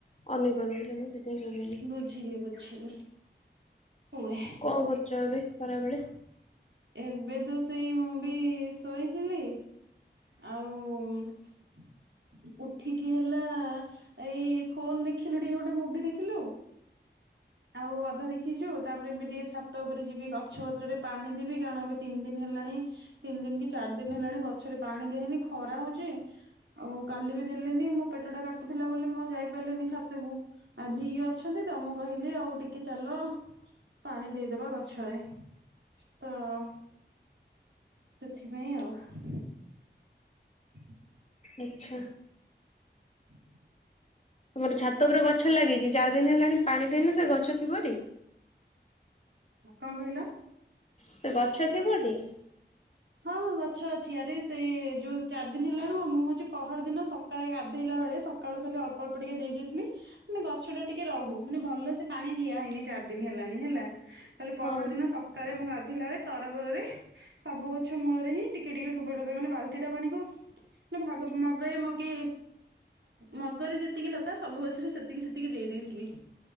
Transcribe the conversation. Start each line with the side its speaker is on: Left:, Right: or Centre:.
Left: ଅନେଇ ପାରୁନଥିଲି ମୁଁ ସେଥିପାଇଁ ଶୋଇପଇଲି।
Right: ବୁଝିଲି ବୁଝିଲି। ହୁଏ।
Left: କଣ କରୁଛ ଏବେ ଖରାବେଳେ।
Right: ଏବେ ତ ସେଇ ମୁଁ ବି ଶୋଇଥିଲି। ଆଉ ଉଠିକି ହେଲା ଏଇ ଫୋନ୍ ଦେଖିଲୁ ଟିକେ ଗୋଟେ ମୁଭି ଦେଖିଲୁ। ଆଉ ଅଧା ଦେଖିଛୁ ତାପରେ ଏବେ ଟିକେ ଛାତ ଉପରେ ଯିବି ଗଛ ପତ୍ରରେ ପାଣି ଦେବି କାରଣ ଏବେ ତିନି ଦିନ ହେଲାଣି ତିନି ଦିନ କି ଚାରି ଦିନ ହେଲାଣି ଗଛରେ ପାଣି ଦିଆହେଇନି ଖରା ହଉଛି ଆଉ କାଲି ବି ଦେଲିନି ମୋ ପେଟ ଟା କାଟୁଥିଲା ବୋଲି ମୁଁ ଯାଇ ପାରିଲିନି ଛାତକୁ। ଆଜି ଇଏ ଅଛନ୍ତି ତ ମୁଁ କହି ଆଉ ଟିକେ ଚାଲ ପାଣି ଦେଇଦବା ଗଛରେ। ତଅ। ସେଥିପାଇଁ ଆଉ। <inaudible>
Left: ଆଛା।
Right: <inaudible>
Left: ତମର ଛାତ ଉପରେ ଗଛ ଲାଗିଛି ଚାରି ଦିନ ହେଲାଣି ପାଣି ଦେଇନ ସେ ଗଛ ଥିବଟି।
Right: କଣ କହିଲ?
Left: ସେ ଗଛ ଥିବ ଟି।
Right: ହଁଁ ଗଛ ଅଛି ଆରେ ସେ ଯୋଉ ଚାରି ଦିନ ହେଲାଣି ମୁଁ ହଉଛି ପହର ଦିନ ସକାଳେ ଧେଇଲାବେଳେ ସକାଳୁ ଖାଲି ଅଳ୍ପ ଅଳ୍ପ ଟିକେ ଦେଇଦେଇଥିଲି। ମାନେ ଗଛ ଟା ଟିକେ ରହୁ ମାନେ ଭଲସେ ପାଣି ଦିଆ ହେଇନି ଚାରି ଦିନ ହେଲାଣି ହେଲା। କାଲି ପହର
Left: ହଁ
Right: ଦିନ ସକାଳେ ମୁଁ ଗାଧେଇଲା ବେଳେ ତରବରରେ ସବୁ ଗଛ ମୂଳରେ ହିଁ <unintelligible> ମାନେ ବାଲଟି ଟା ପାଣିକୁସ୍ ମାନେ ଭାଗ ମଗେଇ ମଗେ। ମଗର ଯେତିକି ଲେଖା ସବୁ ଗଛରେ ସେତିକି ସେତିକି ଦେଇ ଦେଇଦେଇଥିଲି।